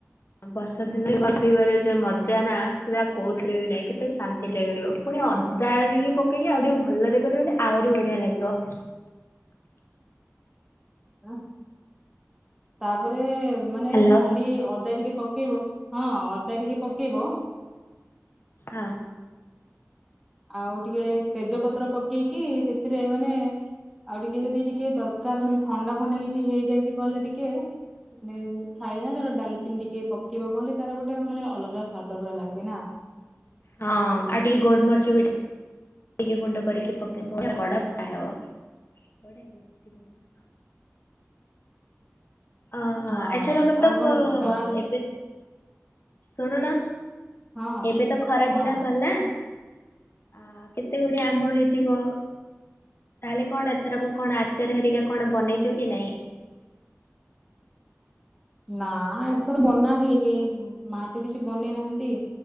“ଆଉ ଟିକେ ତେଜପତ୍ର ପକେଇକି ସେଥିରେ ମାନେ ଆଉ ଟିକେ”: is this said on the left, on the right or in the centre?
Centre